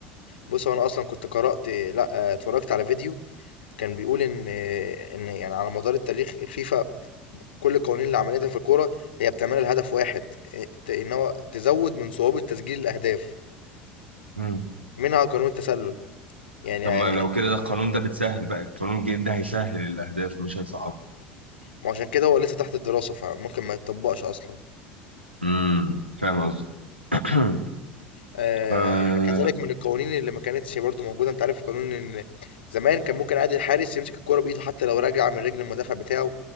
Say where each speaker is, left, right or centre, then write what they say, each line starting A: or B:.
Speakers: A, on the left; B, on the right.
A: بُص، هو أنا أصلًا كنت قرأت لأ، اتفرّجت على فيديو كان بيقول إن إن يعني على مدار التاريخ الفيفا كل القوانين اللي عملتها في الكورة هي بتعملها لهدف واحد، آآ ت إن هو تزوّد من صعوبة تسجيل الأهداف،
B: مم.
A: منها قانون التسلل. يعني
B: طب
A: آه،
B: ما لو كده ده القانون ده بتسهل بقى القانون الجديد ده هيسهل الاهداف مش هيصعبها
A: ما هو عشان كده هو لسّه تحت الدراسة، فممكن ما يتطبّقش أصلًا.
B: امم فاهم قصدي <clears throat>
A: آآ
B: آه...
A: يعني كذلك من القوانين اللي ما كانتش برضه موجودة، أنت عارف قانون إن زمان كان ممكن عادي الحارس يمسك الكورة بإيده حتّى لو راجعة من رجل المدافع بتاعه،